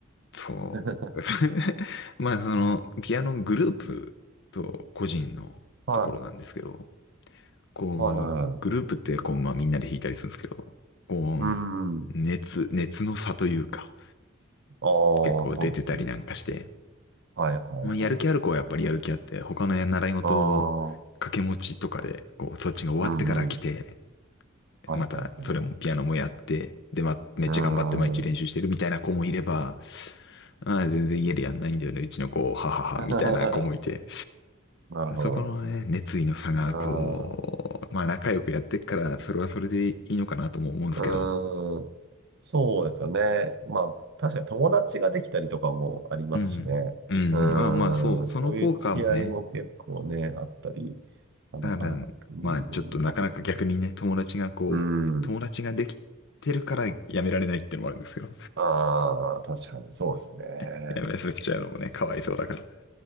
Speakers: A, on the left; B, on the right.
A: そう。
B: <laughs>
A: <laughs> まあ、その、ピアノグループと個人のところなんですけど、
B: はい。
A: こう、
B: はいはいはい。
A: グループってこう、まあみんなで弾いたりするんですけど、こ
B: うーん。
A: う、熱、熱の差というか、
B: あ
A: 結構出てたりなんかして、
B: あ、そうなんですね。はいはいはい。
A: まあやる気ある子はやっぱりやる気あって、他の習い事を掛け持ちとかで、
B: ああ、
A: こう、そっちが終わってから来て、
B: うんうん。はいはいはいはい。
A: またそれもピアノもやって、で、まあ、めっちゃ頑張って毎日練習してるみたいな子もいれば、
B: うーん。
A: ああ、全然家でやんないんだよね、うちの子、ははは、
B: <laughs> うーん。
A: みたいな子もいて、
B: <laughs> なるほど。
A: そこのね、熱意の差が、
B: うーん。
A: こう、まあ仲良くやってっから、それはそれでいいのかなとも思うんですけど。
B: うーん。そうですよね。まあ、確かに友達ができたりとかもありますしね。
A: うん。うん、
B: うーん。
A: うん。ああ、まあそう、その効果もね、
B: そういう付き合いも結構ね、あったり、なかなか、
A: だから、
B: うん、
A: まあちょっとなかなか逆にね、
B: 難しいですよね。
A: 友達がこう、
B: うん。
A: 友達ができてるからやめられないってのもあるんですけど。
B: ああ、確かにそうですね。
A: <laughs> やめさせちゃうのもね、
B: そっか
A: かわいそうだから。